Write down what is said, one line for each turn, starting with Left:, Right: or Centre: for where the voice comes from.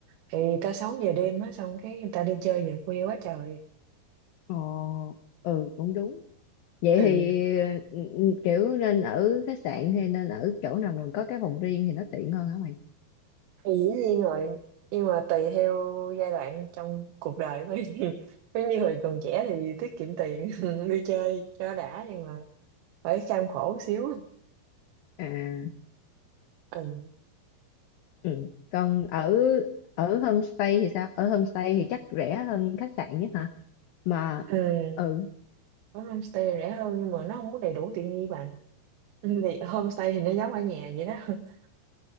Right: thì người ta sống về đêm á xong cái người ta đi chơi về khuya quá trời
Left: Ồ, ừ, cũng đúng. vậy
Right: ừ
Left: thì ừ, ừ, kiểu nên ở khách sạn hay nên ở chỗ nào mình có cái phòng riêng thì nó tiện hơn hả mày
Right: thì dĩ nhiên rồi nhưng mà tùy theo giai đoạn trong cuộc đời của em <laughs> giống như hồi còn trẻ thì tiết kiệm tiền <laughs> đi chơi cho đã nhưng mà phải kham khổ xíu
Left: à
Right: ừ.
Left: ừ. còn ở ở homestay thì sao ở homestay thì chắc rẻ hơn khách sạn nhất hả mà
Right: ừ.
Left: ừ
Right: Ở homestay rẻ hơn nhưng mà nó không có đầy đủ tiện nghi bằng <laughs> Ừ, thì homestay thì nó giống ở nhà vậy đó <laughs>